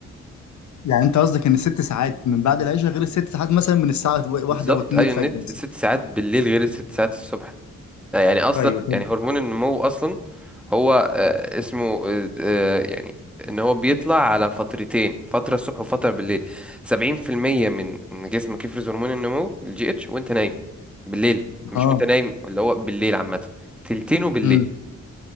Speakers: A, on the left; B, in the centre.
A: يعني انت قصدك ان الست ساعات من بعد العشاء غير الست ساعات مثلا من الساعه و-
B: بالظبط
A: واحدة او اتنين
B: ايوه
A: الفجر
B: النت
A: مثلا
B: ست ساعات بالليل غير الست ساعات الصبح آه، يعني اصلا
A: ايوه طب
B: يعني هرمون النمو اصلا هو آه، اسمه آه، آه، يعني ان هو بيطلع على فترتين فتره الصبح وفتره بالليل 70% من من جسمك يفرز هرمون النمو الجي اتش وانت نايم بالليل مش
A: اه
B: وانت نايم اللي هو بالليل عامه تلتينه بالليل
A: امم